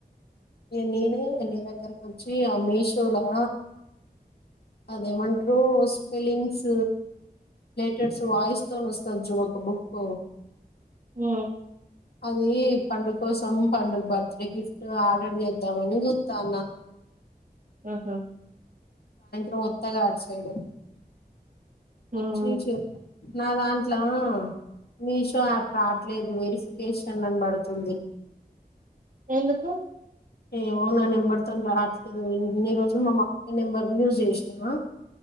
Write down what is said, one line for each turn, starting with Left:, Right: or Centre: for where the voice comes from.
Left: నేనే నీ దగ్గరకు వచ్చి ఆ మీషోలా అదేమంటారు స్పెలింగ్స్ టెర్స్ వాయిస్ తోని వస్తుంది చూడు ఒక బుక్
Right: హ
Left: అది పండుగ కోసం పండుగ బర్త్డే గిఫ్ట్ ఆర్డర్ చేద్దామని చూస్తా అన్న
Right: ఆహ
Left: రోతగాట్ సైడ్
Right: హ్మ్
Left: చ్చ చి నాదాంట్లా ఆ మీషో యాప్ రావట్లేదు వెరిఫికేషన్ అని పడుతుంది
Right: ఎందుకు
Left: ఏమో నా నెంబర్తో రాట్లేదు నీ రోజు మా అక్కయి నెంబర్ యూజ్ చేసినవా